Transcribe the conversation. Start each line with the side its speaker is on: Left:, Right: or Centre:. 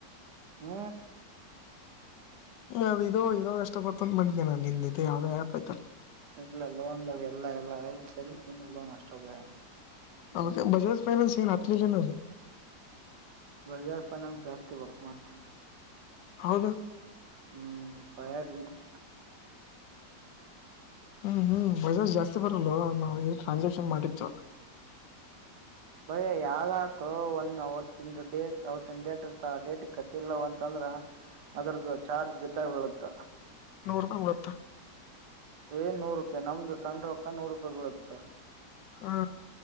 Right: ಹ್ಮ್
Left: ಏ ಅದು ಇದೋ ಇದೋಷ್ಟ ಬರ್ತ ಅ ಮಾಡಿದ್ದೆ ನಿನ್ ಜೊತೆ ನಿಂದ ಯಾವ್ದದೋ ಆ್ಯಪ್ ಐಯ್ತಲ್ಲ
Right: ಇಲ್ಲ ಲೋನ್ದಾಗ ಎಲ್ಲಾ ಎಲ್ಲಾ ಎಲ್ಪದ್ರ ಲೋನ್ ಅಷ್ಟೇ ಬೈಯಾ
Left: ಹತ್ತೆ ಬಜಾಜ ಫೈನಾನ್ಸ ಏ ನ ಹಾಲ್ಲ ಏನ
Right: ಬಜಾಜ್ ಫೈನಾನ್ಸ್ ಜಾಸ್ತಿ ಬರ್ತಮತ್
Left: ಹೌದು
Right: ಹ್ಮ್ ವಾಯ್ ಆರ್ ಇಂಟ್ರೆಸ್ಟ್
Left: ಹ್ಮ್ ಹ್ಮ್ ಬಜಾಜ್ ಜಾಸ್ತಿ ಬರಲ್ವ ನಾವ್ ಇ ಟ್ರಾನ್ಸಾಕ್ಷನ್ ಮಾಡಿತ್ತುವಲ್ಲ
Right: ಭಯ್ಯ ಯಾವ್ದಾತೋ ಒಂದ ಅವತ್ತಿನ ಡೇಟ್ ಅವತ್ತಿನ ಡೇಟ್ ಇರ್ತ ಆ ಡೇಟಿಗೆ ಕಟ್ಟಿಲ್ಲವ ಅಂತಂದ್ರ ಅದ್ರದ್ದು ಚಾರ್ಜ್ ಬಿದ್ದಾಗ ಬೀಳುತ್ತ
Left: ನೂರು ರೂಪಾಯಿ ಡತ್ತ
Right: ಏನ್ ನೂರು ರೂಪಾಯಿ ನಮ್ದು ಸಣ್ಣ ರೊಕ್ಕ ನಾ ನೂರು ರೂಪಾಯಿ ಬಿಳತ್ತ
Left: ಹಾ